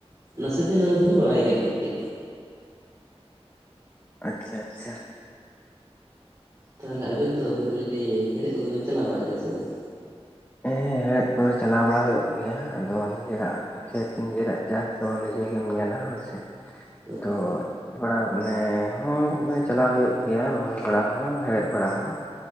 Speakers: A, on the right; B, on the left.
A: ᱡᱟᱥᱛᱤ ᱫᱚ ᱚᱱᱟ ᱠᱚᱫᱚ ᱞᱤᱧ ᱵᱟᱲᱟᱭ ᱠᱟᱫ ᱜᱮᱭᱟ᱾
B: ᱟᱪᱪᱷᱟ ᱟᱪᱪᱷᱟ᱾
A: ᱛᱟᱦᱞᱮ ᱟᱵᱮᱱ ᱫᱚ ᱢᱮᱱ ᱫᱟᱞᱤᱧ ᱦᱮᱲᱮᱫ ᱠᱚᱫᱚ ᱵᱮᱱ ᱪᱟᱞᱟᱣ ᱵᱟᱲᱟᱜ ᱜᱮᱭᱟ ᱥᱮ ᱵᱟᱝ?
B: ᱦᱮᱸ, ᱦᱮᱲᱦᱮᱫ ᱫᱚ ᱪᱟᱞᱟᱣ ᱵᱟᱲᱟ ᱦᱩᱭᱩᱜ ᱜᱮᱭᱟ ᱟᱫᱚ ᱱᱤᱡᱮᱨᱟᱜ ᱠᱷᱮᱛ ᱱᱤᱡᱮᱨᱟᱜ ᱪᱟᱥ ᱫᱚ ᱱᱤᱡᱮ ᱜᱮᱢ ᱧᱮᱞᱟ ᱦᱳᱭ ᱥᱮ ᱛᱚ,
A: ᱦᱳᱭ
B: ᱛᱷᱚᱲᱟ ᱢᱟᱱᱮ ᱦᱚᱸ, ᱢᱟᱱᱮ ᱪᱟᱞᱟᱣ ᱦᱩᱭᱩᱜ ᱜᱮᱭᱟ ᱨᱚᱦᱚᱭ ᱵᱟᱲᱟ ᱦᱚᱸ ᱦᱮᱲᱦᱮᱫ ᱵᱟᱲᱟ ᱦᱚᱸ᱾